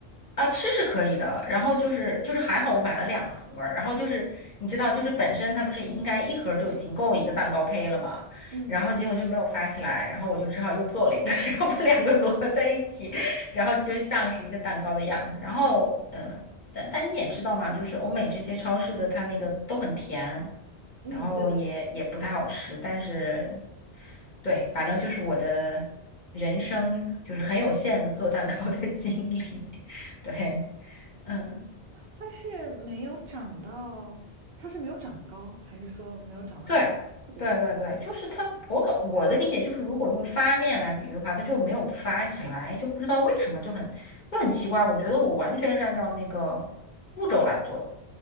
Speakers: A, on the left (about 45°); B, on the right (about 65°).
A: 啊，吃是可以的，然后就是就是还好我买了两盒儿然后就是你知道，就是本身它不是应该一盒儿就已经够一个蛋糕胚了嘛，
B: 嗯
A: 然后结果就没有发起来，然后我就只好又做了一个，<laughs> 然后把两个摞在一起，然后就像是一个蛋糕的样子。然后嗯、呃但但你也知道嘛，就是欧美这些超市的它那个都很甜，
B: 嗯，
A: 然后也也不太好吃，
B: 对对对。
A: 但是对，反正就是我的人生就是很有限的做蛋糕的经历。对，嗯，
B: 它是没有长到，它是没有长高，还是说没有长得很特别特别高？
A: 对，对对对，就是它，我感我的理解就是，如果用发面来比喻的话，它就没有发起来，就不知道为什么，就很就很奇怪。我觉得我完全是按照那个步骤来做的，